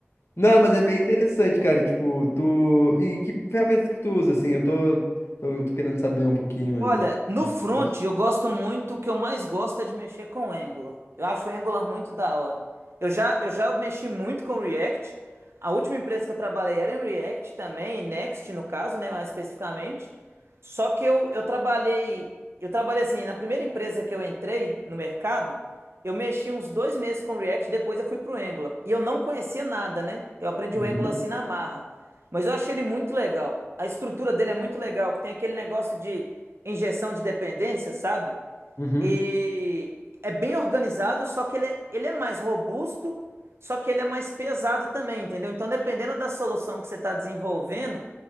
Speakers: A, on the left; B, on the right.
A: Não, mas é bem interessante, cara. e, Tipo, tu. E que ferramentas que tu usa, assim? Eu tô, tô, tô querendo saber um pouquinho
B: Olha,
A: de-
B: no front
A: que eu uso.
B: eu gosto muito, o que eu mais gosto é de mexer com o Angular. Eu acho o Angular muito da hora. Eu já, eu já mexi muito com React. A última empresa que eu trabalhei era em React também, em Next no caso, né, mais especificamente. Só que eu, eu trabalhei, eu trabalhei assim, na primeira empresa que eu entrei no mercado, eu mexi uns dois meses com React, depois eu fui pro Angular. E eu não conhecia nada, né? Eu aprendi
A: Uhum.
B: o Angular assim na marra. Mas eu achei ele muito legal. A estrutura dele é muito legal, que tem aquele negócio de injeção de dependência, sabe?
A: Uhum.
B: E é bem organizado, só que ele é, ele é mais robusto, só que ele é mais pesado também, entendeu? Então, dependendo da solução que você está desenvolvendo,